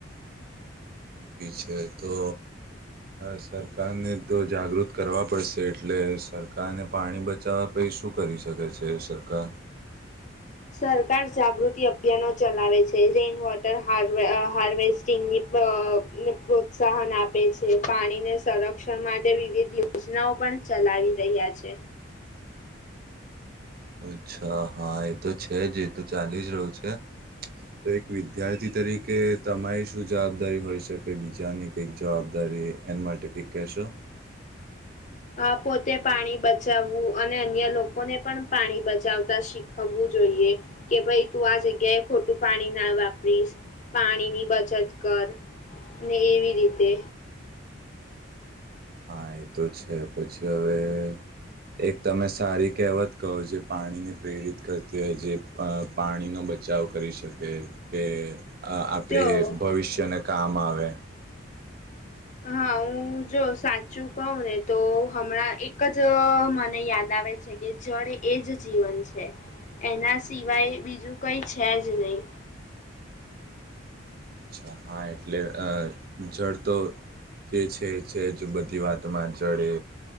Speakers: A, on the right (about 45°); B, on the left (about 35°).
A: પી છે તો સરકારને તો જાગૃત કરવા પડશે એટલે સરકારને પાણી બચાવવા કઈ શું કરી શકે છે સરકાર?
B: સરકાર જાગૃતિ અભિયાનો ચલાવે છે રેઇન વોટર હાર્વે હાર્વેસ્ટિંગની તો ને પ્રોત્સાહન આપે છે પાણીને સંરક્ષણ માટે વિવિધ યોજનાઓ પણ ચલાવી રહ્યા છે.
A: અચ્છા હા એ તો છે જ એ તો ચાલી જ રહ્યું છે. તો એક વિદ્યાર્થી તરીકે તમારી શું જવાબદારી હોઈ શકે બીજાની કંઈક જવાબદારીએ એન માટે કંઈક કેહશો?
B: અ પોતે પાણી બચાવવું અને અન્ય લોકોને પણ પાણી બચાવતા શીખવવું જોઈએ. કે ભાઈ તું આ જગ્યાએ ખોટું પાણી ના વાપરીશ, પાણીની બચત કર. ને એવી રીતે.
A: હા એ તો છે. પછી હવે એક તમે સારી કહેવત કહો જે પાણીને પ્રેરિત કરતી હોય જે પાણીનો બચાવ કરી શકે કે આ આપડે
B: જો
A: ભવિષ્યને કામ આવે.
B: હા હું જો સાચું કઉ ને તો હમણાં એક જ મને યાદ આવે છે. કે જળ એ જ જીવન છે, એના સિવાય બીજું કઈ છે જ નહીં.
A: અચ્છા હા એટલે અ જળ તો જે છે છે જ બધી વાતમાં જળે.